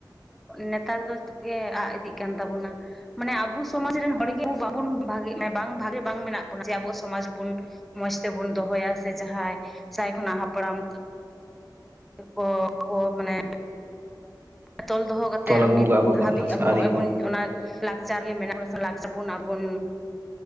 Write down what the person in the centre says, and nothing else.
ᱱᱮᱛᱟᱨ ᱫᱚ ᱡᱚᱛᱚᱜ ᱜᱮ ᱟᱜ ᱤᱫᱤᱜ ᱠᱟᱱ ᱛᱟᱵᱚᱱᱟ ᱢᱟᱱᱮ ᱟᱵᱚ ᱥᱚᱢᱟᱡ ᱨᱮᱱ ᱦᱚᱲᱜᱮ ᱵᱟᱝᱵᱩᱱ ᱵᱷᱟᱜᱮ ᱵᱷᱟᱜᱮ ᱵᱟᱝ ᱢᱮᱱᱟᱜ ᱵᱚᱱᱟ ᱡᱮ ᱟᱵᱚ ᱥᱚᱢᱟᱡ ᱵᱩᱱ ᱢᱚᱸᱡᱽ ᱛᱮᱵᱚᱱ ᱫᱚᱦᱚᱭᱟ ᱥᱮ ᱡᱟᱦᱟᱸᱭ ᱥᱟᱭ ᱠᱷᱚᱱᱟᱜ ᱦᱟᱯᱲᱟᱢ ᱠᱚ ᱠᱚ ᱢᱟᱱᱮ ᱛᱚᱞ ᱫᱚᱦᱚ ᱠᱟᱛᱮᱫ
ᱱᱤᱛ
ᱦᱟᱹᱵᱤᱡ ᱟᱵᱚ
ᱦᱚᱸᱜᱼᱚᱭ
ᱵᱚᱱ ᱚᱱᱟ ᱞᱟᱠᱪᱟᱨ ᱜᱮ ᱢᱮᱱᱟᱜ ᱵᱚᱱᱟ ᱞᱟᱠᱪᱟᱨ ᱵᱚᱱ ᱟᱵᱚᱱ